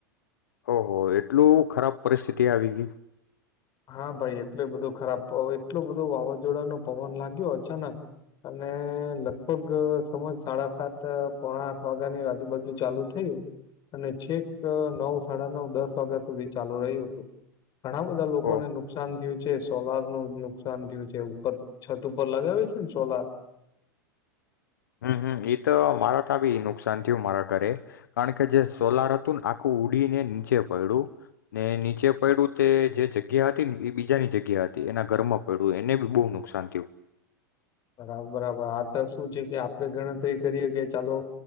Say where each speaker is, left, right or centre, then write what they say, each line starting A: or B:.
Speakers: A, on the left; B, on the left.
A: ઓહ હો એટલું ખરાબ પરિસ્થિતિ આવી ગઈ
B: હા ભાઈ એટલો બધો ખરાબ પ એટલો બધો વાવાઝોડા નો પવન લાગ્યો અચાનક અને લગભગ સમજોને સાડા સાત પોણા આઠ વાગ્યાની આજુબાજુ ચાલુ થયું અને છેક નવ સાડા નવ દસ વાગ્યા સુધી ચાલુ રહ્યું હતું ઘણા બધા લોકોને
A: ઓહો
B: નુકસાન થયું છે. સોલાર નું નુકસાન થયું છે ઉપર છત ઉપર લગાવે છે ને સોલાર
A: હમ્મ હમ્મ એ તો મારા તા બી નુકસાન થયું મારા ઘરે કારણ કે જે સોલાર હતું ને આખું ઉડીને નીચે પયડું ને નીચે પયડું તે જે જગ્યા હતી ને એ બીજાની જગ્યા હતી એના ઘરમાં પડ્યું એને બી બહુ નુકસાન થયું.
B: બરાબર બરાબર આ તો શું છે કે આપડે ગણતરી તે કરીએ કે ચાલો